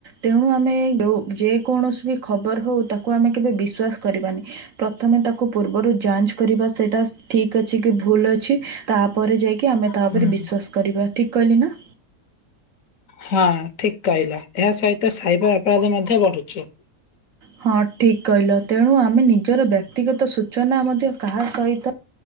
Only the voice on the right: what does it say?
ତେଣୁ ଆମେ ଯୋଉ ଯେକୌଣସି ବି ଖବର ହୋଉ ତାକୁ ଆମେ କେବେ ବିଶ୍ୱାସ କରିବାନି ପ୍ରଥମେ ତାକୁ ପୂର୍ବରୁ ଯାଞ୍ଚ କରିବା ସେଇଟା ଠିକ୍ ଅଛି କି ଭୁଲ ଅଛି ତାପରେ ଯାଇକି ଆମେ ତା
ଉପରେ ବିଶ୍ଵାସ କରିବା ଠିକ୍ କହିଲି ନା?
ହଁ ଠିକ କହିଲ ତେଣୁ ଆମେ ନିଜର ବ୍ୟକ୍ତିଗତ ସୂଚନା ମଧ୍ୟ କାହା ସହିତ